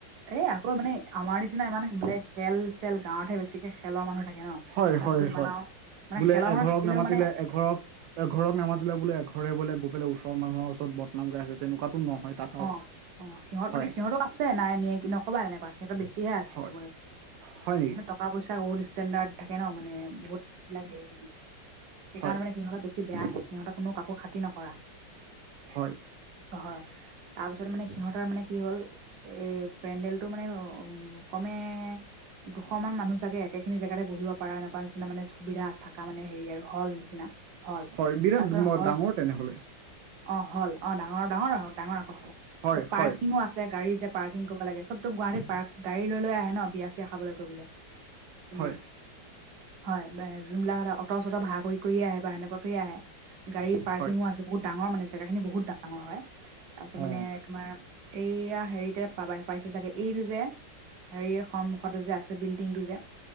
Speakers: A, on the right; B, on the right.
A: এ আকৌ মানে আমাৰ নিচিনা ইমান মানে খেল-চেল গাঁৱতহে বেছি খেলৰ মানুহ থাকে ন,
B: হয়
A: তাততো
B: হয়
A: ইমান
B: হয়
A: আৱ মানে
B: বোলে
A: খেলৰ
B: এঘৰক
A: মানুহ থাকিলেও
B: নামাতিলে
A: মানে
B: এঘৰক এঘৰক নামাতিলে বোলে এঘৰে বোলে গৈ পেলাই ওচৰ মানুহৰ ওচৰত বদনাম গাই আছে তেনেকুৱাটো নহয়। তাত আৰু
A: অঁ অঁ সিহঁত
B: হয়
A: মানে সিহঁতো আছে নাই নিয়ে কি নক'বা এনেকুৱা সিহঁতৰ বেছিহে আছে
B: হয়
A: ক'বলে গ'লে।
B: হয় নিকি?
A: টক-পইচা বহুত ষ্টেণ্ডাৰ্ড থাকে ন মানে বহুত বিলাক হেৰি মানে, সেইকাৰণে
B: হয়
A: মানে সিহঁত বেছি বেয়া হে, সিহঁত কোনো কাকো খাতিৰ নকৰা।
B: হয়।
A: চহৰ তাৰপিছত মানে সিহঁতৰ মানে কি হ'ল, এ পেণ্ডেলটো মানে উ কমে দুশমান মানুহ চাগে একেখিনি জেগাতে বহিব পাৰা এনেকুৱা নিচিনা মানে সুবিধা থাকা মানে হেৰি আৰু হল নিচিনা। হল
B: হয়, বিৰাট
A: তাৰপিছত হল
B: ডাঙৰ তেনেহলে।
A: অ', হল অ', ডাঙৰ ডাঙৰ ডাঙৰ আকৌ হল, পিছত
B: হয়
A: পাৰ্কিঙো
B: হয়
A: আছে গাড়ী যে পাৰ্কিং কৰিব লাগে চবতো গুৱাহাটী পাৰ্ক, গাড়ী লৈ লৈ আহে ন বিয়া-চিয়া খাবলৈ কৰিবলৈ। কোনে?
B: হয়
A: হয়, যোনবিলাক এটা অট-চট ভাড়া কৰি কৰিয়ে আহে বা সেনেকুৱা কৰিয আহে, গাড়ী পাৰ্কিঙো
B: হয়
A: আছে বহুত ডাঙৰ মানে, জেগাখিনি বহুত ডাঙৰ হয়। তাৰপিছত
B: অ
A: মানে তোমাৰ এইয়া হেৰিতে পাবাই পাইছে চাগে, এইটো যে হেৰি এ সন্মুখতে যে আছে বিল্ডিংটো যে